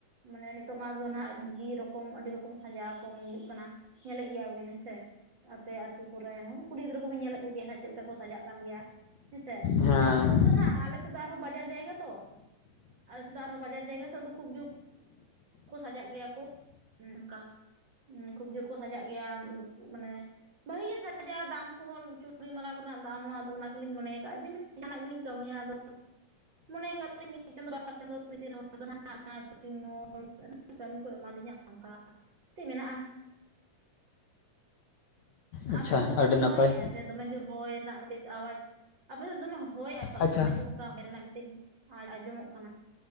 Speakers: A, on the right (about 45°); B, on the left (about 70°).
A: ᱢᱟᱱᱮ ᱱᱤᱛᱚᱜ ᱢᱟ ᱫᱚ ᱱᱟᱜ ᱵᱷᱟᱹᱜᱤ ᱨᱚ ᱠᱚᱢ ᱟᱹᱰᱤ ᱨᱚᱠᱚᱢ ᱥᱟᱡᱟᱣ ᱠᱚᱦᱚᱸ ᱦᱩᱭᱩᱜ ᱠᱟᱱᱟ ᱧᱮᱞᱮᱫ ᱜᱮᱭᱟ ᱵᱤᱱ ᱦᱮᱸᱥᱮ ᱟᱛᱮ ᱟᱛᱩ ᱠᱚᱨᱮ ᱦᱚᱸ ᱠᱩᱲᱤ ᱜᱤᱫᱽᱨᱟᱹ ᱠᱚᱵᱤᱱ ᱧᱮᱞᱮᱜ ᱠᱚᱜᱮᱭᱟ ᱦᱟᱸᱜ ᱪᱮᱞᱠᱟ ᱠᱚ ᱥᱟᱡᱟᱜ ᱠᱟᱱ ᱜᱮᱭᱟ ᱦᱮᱸᱥᱮ
B: ᱦᱮᱸ
A: ᱛᱚ ᱟᱯᱮ ᱥᱮᱫ ᱫᱚ ᱱᱟᱸᱦ ᱟᱞᱮ ᱥ ᱥᱮᱫ ᱫᱚ ᱟᱨᱦᱚᱸ ᱵᱟᱡᱟᱨ ᱡᱟᱭᱜᱟ ᱛᱚ ᱟᱞᱮ ᱥᱮᱫ ᱫᱚ ᱟᱨᱦᱚᱸ ᱵᱟᱡᱟᱨ ᱡᱟᱭᱜᱟ ᱛᱚ ᱟᱫᱚ ᱠᱷᱩᱵ ᱡᱩᱠ ᱠᱚ ᱥᱟᱡᱟᱜ ᱜᱮᱭᱟ ᱠᱚ ᱱᱚᱝᱠᱟ ᱦᱩ ᱠᱷᱩᱵ ᱡᱳᱨ ᱠᱚ ᱥᱟᱡᱟᱜ ᱜᱮᱭᱟ ᱢᱟᱱᱮ ᱵᱷᱟᱜᱤ ᱜᱮ ᱥᱟᱡᱼᱟ ᱫᱟᱢ ᱠᱚᱦᱚᱸ ᱪᱩᱲᱤ ᱢᱟᱞᱟ ᱠᱚᱨᱮᱱᱟᱜ ᱫᱟᱢ ᱦᱚᱸ ᱟᱫᱚ ᱚᱱᱟ ᱜᱮᱞᱤᱧ ᱢᱚᱱᱮᱭ ᱠᱟᱜ-ᱟ ᱡᱮ ᱢᱤᱫ ᱡᱟᱦᱟᱱᱟᱜ ᱜᱮᱞᱤᱧ ᱠᱟᱹᱢᱤᱭᱟ ᱟᱫᱚ ᱢᱚᱱᱮ ᱠᱟᱜ ᱞᱤᱧ ᱢᱤᱫ ᱪᱟᱸᱫᱚ ᱵᱟᱨ ᱪᱟᱸᱫᱚ ᱵᱷᱤᱛᱤᱨ ᱨᱮ ᱦᱚᱭᱛᱚ ᱱᱟᱦ <inaudible> ᱥᱚᱯᱤᱝ ᱢᱚᱞ <inaudible> <inaudible> ᱠᱟᱹᱢᱤ ᱠᱚ ᱮᱢᱟᱞᱤᱧᱟ ᱚᱱᱠᱟ ᱛᱮᱜ ᱢᱮᱱᱟᱜᱼᱟ
B: ᱟᱪᱪᱷᱟ
A: ᱟᱯᱮ ᱥᱮᱫ ᱫᱚ
B: ᱟᱹᱰᱤ
A: ᱫᱚᱢᱮ
B: ᱱᱟᱯᱟᱭ
A: ᱦᱚᱭ ᱟᱭ ᱥᱮᱫ ᱫᱚᱢᱮ ᱡᱩᱨ ᱦᱚᱭ ᱨᱮᱱᱟᱜ ᱢᱤᱫᱴᱤᱡ ᱟᱣᱟᱡᱽ ᱟᱯᱮᱥᱮᱫ ᱫᱚᱢᱮ ᱦᱚᱭᱽ ᱟᱭ ᱯᱟᱞᱮᱫ
B: ᱟᱪᱪᱷᱟ
A: ᱫᱚᱢᱮ ᱡᱩᱨ ᱚᱝ ᱠᱟ ᱦᱚᱭ ᱨᱮᱱᱟᱜ ᱢᱤᱫᱴᱤᱱ ᱟ-ᱟᱸᱡᱚᱢᱚᱜ ᱠᱟᱱᱟ